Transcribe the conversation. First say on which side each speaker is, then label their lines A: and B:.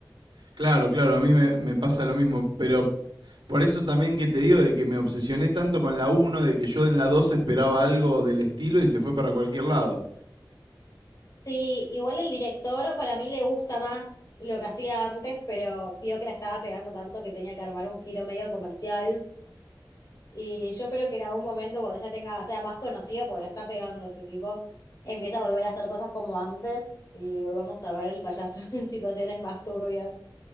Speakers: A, on the right (about 85°); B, on the left (about 50°).
A: Claro, claro, a mí me, me pasa lo mismo, pero por eso también que te digo de que me obsesioné tanto con la uno, de que yo en la 2 esperaba algo del estilo y se fue para cualquier lado.
B: Sí, igual el director para mí le gusta más lo que hacía antes, pero vio que la estaba pegando tanto que tenía que armar un giro medio comercial Y yo espero que en algún momento, cuando ya tenga, sea más conocido, porque la está pegando ese tipo, empiece a volver a hacer cosas como antes y volvamos a ver el payaso <laughs> en situaciones más turbias.